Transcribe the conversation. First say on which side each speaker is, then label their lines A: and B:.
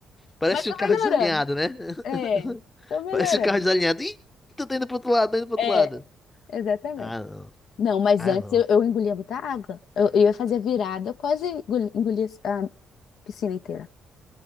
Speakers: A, on the left; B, on the left.
A: Parece
B: Mas tá
A: um carro
B: melhorando.
A: desalinhado, né? <laughs>
B: É, tô melhorando.
A: Parece um carro desalinhado. Ih, tô indo pro outro lado, tô indo pro outro
B: É,
A: lado.
B: exatamente.
A: Ah, não.
B: Não, mas
A: Ah,
B: antes
A: não.
B: eu, eu engolia muita água. Eu, eu ia fazer virada, eu quase engoli- engolia a piscina inteira.